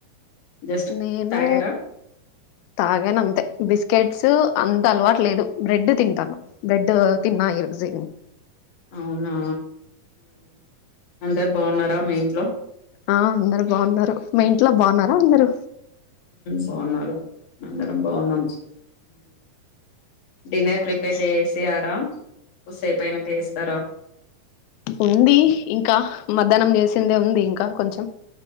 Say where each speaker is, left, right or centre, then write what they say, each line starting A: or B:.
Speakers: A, on the left (about 55°); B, on the left (about 85°).
A: జస్ట్
B: నేను
A: తాగారా
B: తాగాను అంతే బిస్కెట్స్ అంత అలవాటు లేదు బ్రెడ్ తింటాను బెడ్ తిన్న ఈ రోజు
A: అవునా అందరు బాగున్నారా మీ ఇంట్లో
B: ఆ అందరు బాగున్నారు మా ఇంట్లో బాగున్నార అందరూ
A: బాగున్నారు అందరం బాగున్నాం డిన్నర్ ప్రిపేర్ చేసేసినారా కూసేపు అయినాక ఇస్తారా
B: ఉంది ఇంకా మధ్యాహ్నం చేసిందే ఉంది ఇంకా కొంచెం